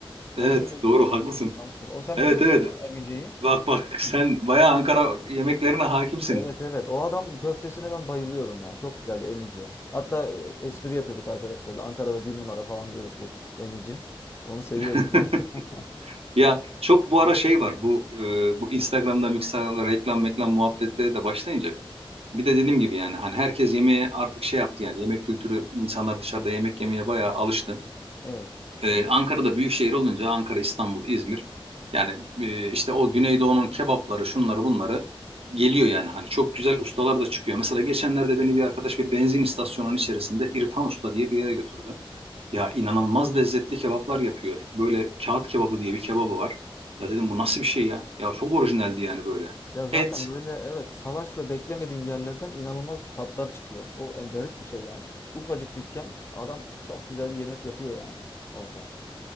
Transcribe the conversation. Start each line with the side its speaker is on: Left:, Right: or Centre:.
Left: Konya
Right: evet
Left: yolunda
Right: doğru
Left: mıydı?
Right: haklısın.
Left: Samsun. O sen
Right: Evet
Left: biliyor musun
Right: evet.
Left: onu? Emice'yi?
Right: Bak bak sen bayağı Ankara yemeklerine hakimsin.
Left: Evet evet. O adam köftesine ben bayılıyordum yani. Çok güzeldi emici. Hatta e, espri yapıyorduk arkadaşlarla. Ankara'da bir numara falan diyorduk bu emici. Onu seviyorduk
Right: <laughs>
Left: yani. <laughs>
Right: Ya çok bu ara şey var bu e, bu Instagram'da Instagram'da reklam meklam muhabbetleri de başlayınca Bir de dediğim gibi yani hani herkes yemeğe artık şey yaptı yani yemek kültürü insanlar dışarıda yemek yemeye bayağı alıştı.
Left: Evet.
Right: Ee, Ankara'da büyük şehir olunca Ankara, İstanbul, İzmir yani e, işte o Güneydoğu'nun kebapları şunları bunları geliyor yani hani çok güzel ustalar da çıkıyor. Mesela geçenlerde beni bir arkadaş bir benzin istasyonunun içerisinde İrfan Usta diye bir yere götürdü. Ya inanılmaz lezzetli kebaplar yapıyor. Böyle kağıt kebabı diye bir kebabı var. Ya dedim bu nasıl bir şey ya? Ya çok orijinaldi yani böyle.
Left: Ya zaten
Right: Et,
Left: böyle evet salaş ve beklemediğin yerlerden inanılmaz tatlar çıkıyor. O en garip bir şey yani. Ufacık dükkan adam çok güzel bir yemek yapıyor yani orada.